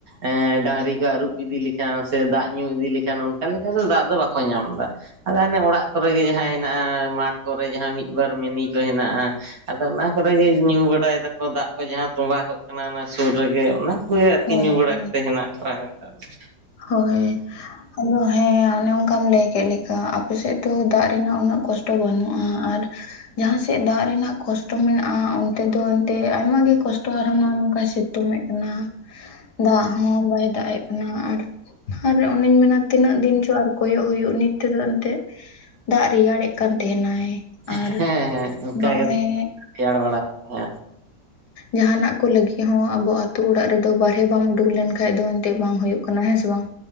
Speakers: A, on the right; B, on the left.
A: ᱮᱸ ᱰᱟᱝᱨᱤ ᱠᱚ ᱟᱹᱨᱩᱵᱽ ᱤᱫᱤ ᱞᱮᱠᱷᱟᱱ ᱥᱮ ᱫᱟᱜᱽ ᱧᱩ ᱤᱫᱤ ᱞᱮᱠᱷᱟᱱ ᱚᱱᱠᱟ ᱞᱮ ᱠᱟ ᱫᱚ ᱫᱟᱜᱽ ᱫᱚ ᱵᱟᱠᱚ ᱧᱟᱢ ᱫᱟ᱾ ᱟᱫᱚ ᱚᱱᱮ ᱚᱲᱟᱜ ᱠᱚᱨᱮ ᱜᱮ ᱡᱟᱦᱟᱸ ᱦᱮᱱᱟᱜᱼᱟ ᱢᱟᱴᱷ ᱠᱚᱨᱮ ᱡᱟᱦᱟᱸ ᱢᱤᱫ ᱵᱟᱨ ᱢᱤᱱᱤ ᱠᱚ ᱦᱮᱱᱟᱜᱼᱟ᱾ ᱟᱫᱚ ᱚᱱᱟ ᱠᱚᱨᱮᱜᱮ ᱧᱩ ᱵᱟᱲᱟᱭ ᱫᱟᱠᱚ ᱫᱟᱜᱽ ᱠᱚ ᱡᱟᱦᱟᱸ ᱛᱚᱸᱵᱟ ᱠᱚᱜ ᱠᱟᱱᱟ ᱚᱱᱟ ᱥᱩᱨ ᱨᱮᱜᱮ ᱚᱱᱟ <unintelligible> ᱟᱨᱠᱤ
B: ᱦᱳᱭ
A: ᱧᱩ ᱵᱟᱲᱟ
B: ᱦᱳᱭ
A: ᱠᱟᱛᱮ ᱦᱮᱱᱟᱜ ᱠᱚᱣᱟ ᱱᱮᱛᱟᱨ ᱫᱚ
B: ᱦᱳᱭ ᱟᱫᱚ ᱦᱮᱸ ᱚᱱᱮ ᱚᱱᱠᱟᱢ ᱞᱟᱹᱭ ᱠᱮᱫ ᱞᱮᱠ ᱟ ᱟᱯᱮᱥᱮᱫ ᱫᱚ ᱫᱟᱜᱽ ᱨᱮᱱᱟᱜ ᱩᱱᱟᱹᱜ ᱠᱚᱥᱴᱚ ᱵᱟᱹᱱᱩᱜᱼᱟ ᱟᱨ ᱡᱟᱦᱟᱸᱥᱮᱫ ᱫᱟᱜᱽ ᱨᱮᱱᱟᱜ ᱠᱚᱥᱴᱚ ᱢᱮᱱᱟᱜᱼᱟ ᱚᱱᱛᱮ ᱫᱚ ᱮᱱᱛᱮ ᱟᱭᱢᱟ ᱜᱮ ᱠᱚᱥ ᱴᱚ ᱟᱨᱦᱚᱸ ᱱᱚᱜᱼᱚᱭ ᱱᱚᱝᱠᱟ ᱥᱤᱛᱩᱝ ᱮᱫ ᱠᱟᱱᱟ ᱫᱟᱜᱽ ᱦᱚᱸ ᱵᱟᱭ ᱫᱟᱜᱽ ᱮᱫ ᱠᱟᱱᱟ ᱟᱨ ᱟᱨ ᱚᱱᱮᱧ ᱢᱮᱱᱟ ᱛᱤᱱᱟᱹᱜ ᱫᱤᱱ ᱪᱚ ᱟᱨ ᱠᱚᱭᱚᱜ ᱦᱩᱭᱩᱜ ᱱᱤᱛ ᱛᱮᱫᱚ ᱮᱱᱛᱮᱜ ᱫᱟᱜᱽ ᱨᱮᱭᱟᱲᱮᱫ ᱠᱟᱱ ᱛᱟᱦᱮᱱᱟᱭ᱾ ᱟᱨ
A: ᱦᱮᱸ ᱦᱮᱸ ᱚᱱᱠᱟ
B: ᱱᱚᱜᱼᱚᱭ
A: ᱜᱮ <unintelligible> ᱵᱟᱲᱟ <unintelligible>
B: ᱡᱟᱦᱟᱸᱱᱟᱜ ᱠᱚ ᱞᱟᱹᱜᱤᱫ ᱦᱚᱸ ᱟᱵᱚ ᱟᱹᱛᱩ ᱚᱲᱟᱜ ᱨᱮᱫᱚ ᱵᱟᱨᱦᱮ ᱵᱟᱢ ᱩᱰᱩᱠ ᱞᱮᱱᱠᱷᱟᱡ ᱫᱚ ᱚᱱᱛᱮ ᱵᱟᱝ ᱦᱩᱭᱩᱜ ᱠᱟᱱᱟ ᱦᱮᱸ ᱥᱮ ᱵᱟᱝ